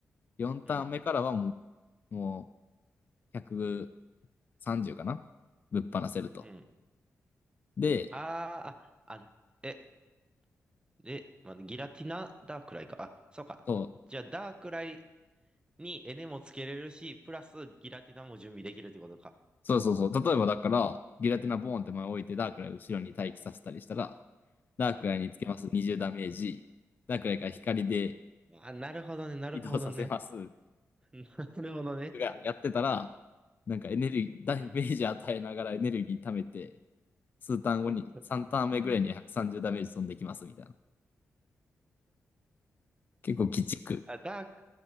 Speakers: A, on the left; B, on the right.
A: 4ターン目からはも
B: うん、
A: う、もう130かなぶっ放せると。
B: うん。
A: で、
B: あーあ、あ、え、で、まあ、ギラティナダークライか。あ、そうか。
A: そう、
B: じゃあ、ダークライにエネもつけれるし、プラスギラティナも準備できるってことか。
A: そうそうそう。例えばだから、ギラティナボーンって前置いてダークライ後ろに待機させたりしたら、ダークライにつけます20ダメージ。
B: うん。
A: ダークライから光で
B: あ、なるほどね、なるほどね。
A: 移動させます。
B: <laughs> なるほどね。
A: がやってたら、なんかエネルギー、
B: うん。
A: ダメージ与えながらエネルギー貯めて、数ターン後に、
B: <laughs>
A: 3ターン目ぐらいに130ダメージ飛んできますみたいな。
B: うん
A: 結構鬼畜。
B: あ、ダーク、